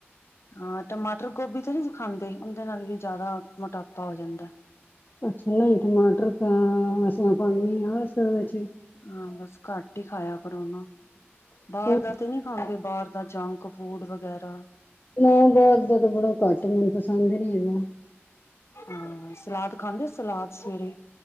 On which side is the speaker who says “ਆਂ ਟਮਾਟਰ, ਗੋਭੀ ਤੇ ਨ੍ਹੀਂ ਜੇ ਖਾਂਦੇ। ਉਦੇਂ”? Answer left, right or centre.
Left